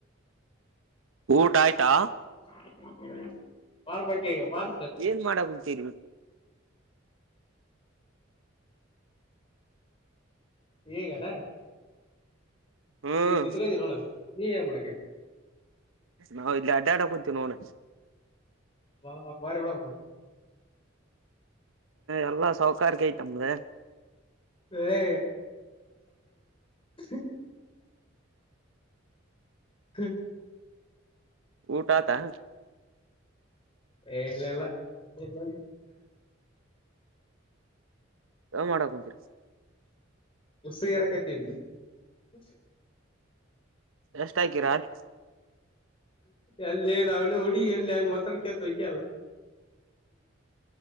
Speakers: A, on the right; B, on the left.
A: ಊಟ ಆಯ್ತಾ
B: <unintelligible> ಮಾರ್ಬೇಕು ಈಗ ಮಾರ್
A: ಏನ್ ಮಾಡಕಕುಂತೀರಿ
B: ಈಗೇನ.
A: ಹ್ಮ್
B: ಈಗ ಕುತ್ಕದಿ ನೋಡ ನೀ ಏನ್ ಮಾಡಕೈತಿ.
A: ನಾವು ಇಲ್ಲಿ ಅಡ್ಡಾಡಕ್ ಕುಂತೀವಿ ನೋಡ.
B: ಹಾ ಬಾರೀ ಬಿಡಪ್ಪ.
A: ಎಲ್ಲಾ ಸೌಕಾರಿಕ ಐತಪ್ಪೇ.
B: ಹೇ <unintelligible> <inaudible>
A: ಊಟ ಆತಾ.
B: ಹೇ ಇಲ್ಲ ಇಲ್ಲ ಎಲ್ಲ
A: ಏನ್ ಮಾಡಕಂತರಿ
B: ಉಸು ಇರ ಕಟ್ಟ ಇಲ್ಲಿ <unintelligible>
A: ಎಷ್ಟ ಹಾಕೀರಾ ರೀ
B: ಅಲ್ಲ ನ ಅವನ ಹುಡಗ ಎಲ್ಲಿ ಹೆಂಗ ಮಾತಾಡ್ಕತ್ ವಕ್ಯಲ್ಲ <unintelligible>